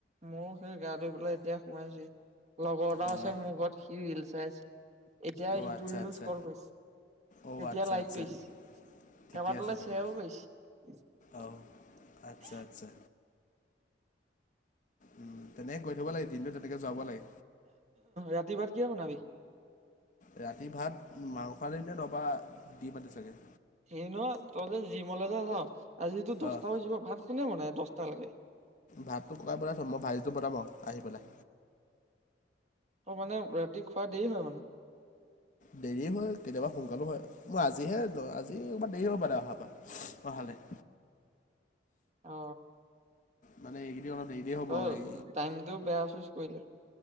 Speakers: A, on the right; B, on the left.
A: ময়ো সেই গা ধুই পেলাই এতিয়া সোমাইছোহি লগৰ এটাও
B: অঁ
A: আছে মোৰ ঘৰত সি ৰীলছ ফেষ্ট এতিয়া
B: অঁ
A: ইটো
B: আচ্ছা
A: ৰিলচ
B: আচ্ছা
A: কল কৰিছে
B: অঁ
A: এতিয়া
B: আচ্ছা
A: লাইক
B: আচ্ছা
A: কৰিছে
B: ঠিকে
A: কেবাতালে
B: আছে তেতিয়া
A: শ্বেয়াৰো কৰিছে।
B: অঁ আচ্ছা আচ্ছা উম তেনেকে কৈ থব লাগে দিনটো তেনেকে যোৱাব লাগে।
A: ৰাতি ভাত কিহ বনাবি।
B: ৰাতি ভাত মাংস আনিবে নবা দি মানে চাগে।
A: সেই নহয় ততে জিমলে যে যাওঁ আজো দহটা
B: অঁ
A: বজিব ভাত কোনে বনায় দহটা লেকে।
B: ভাতটো ককাই বনাইছোঁ মই ভাজিটো বনাম আৰু আহি পেলাই।
A: অ মানে ৰাতি খোৱা দেৰি হয় মানে।
B: দেৰি হয় কেতিয়াবা সোনকালো হয় মই আজিহে আজিবাৰ দেৰি হব পাৰে অহাৰ অহালৈ।
A: অ।
B: মানে এই কেইদিন অলপ দেৰি দেৰি হ'ব
A: ত
B: আৰু এই
A: টাইম টো বেয়া আছ। কৰিলে